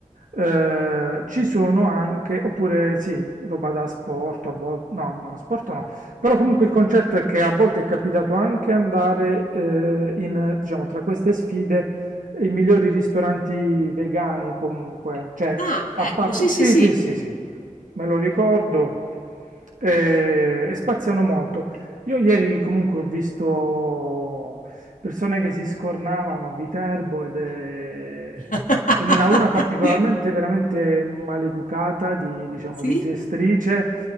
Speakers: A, on the right; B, on the left.
A: Eh, ci sono anche, oppure sì, roba da sport a volte, no, no, sport no però comunque il concetto è che a volte è capitato anche andare eh, in, diciamo, tra queste sfide i migliori ristoranti vegani comunque, cioè
B: Ah,
A: fa
B: ecco,
A: parte...
B: sì,
A: Sì,
B: sì, sì.
A: sì, sì, sì, me lo ricordo eh, e spaziano molto. Io ieri comunque ho visto Persone che si scornavano a Viterbo ed è...
B: <laughs>
A: Ce n'era una particolarmente veramente maleducata, di, diciamo,
B: Sì?
A: di gestrice,